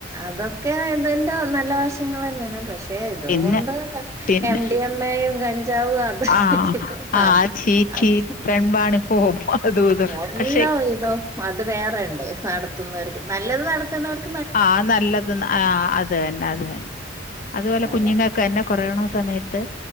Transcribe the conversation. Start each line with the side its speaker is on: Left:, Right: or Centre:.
Right: അതൊക്കെ ഇതിന്റെ നല്ല വശങ്ങളെന്നെയാണ് പക്ഷെ ഇതും
Left: പിന്നെ
Right: കൊണ്ടൊക്കെ
Left: പിന്നെ
Right: എം ഡി എം മേയും കഞ്ചാവു അഹ്
Left: ആ
Right: അത
Left: ആ ചീറ്റി
Right: അത്
Left: പെൺവാണി പോവും അതും ഇതും
Right: വെല്ലാ
Left: പക്ഷെ
Right: ഇതോ അത് വേറെണ്ട് നടത്തുന്നവർക്ക് നല്ലത് നടത്തുണോർക്ക്
Left: ആഹ് നല്ലത് ന്ന് ആഹ് അത് തന്നെ അത് തന്നെ അതുപോലെ
Right: അതാ
Left: കുഞ്ഞുങ്ങക്ക് ക്കെന്നെ കൊറോണ സമയത്ത്